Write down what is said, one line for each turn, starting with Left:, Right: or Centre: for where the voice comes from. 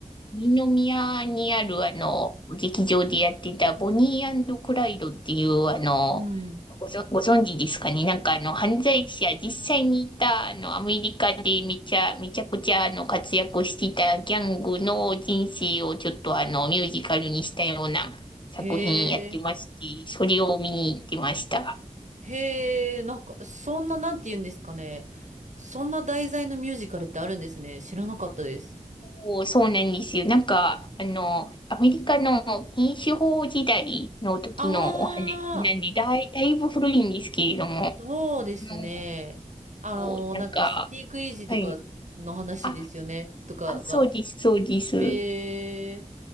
Left: 二宮にあるあの、劇場でやってたボニークライドっていうあの、
Right: うん。
Left: ごぞ、ご存知ですかねなんかあの、犯罪者、実際にいたあの、アメリカでめちゃ、めちゃくちゃあの、活躍してたギャングの人生をちょっとあの、ミュージカルにしたような作品やってまして、
Right: へえ。
Left: それを見に行ってました。
Right: へえ、なんか、そんな、なんて言うんですかね。そんな題材のミュージカルってあるんですね。知らなかったです。
Left: おそうなんですよ。なんか、あの、アメリカの禁酒法時代の時のお話なんで、
Right: ああ、
Left: だい、だいぶ古いんですけれども、あ
Right: そうですね。
Left: の
Right: あのーなんか、
Left: こうなんか、
Right: スピークイージーとかの話ですよね。
Left: はい。あ、
Right: とかが。
Left: あ、そうです、そうです。
Right: へえ。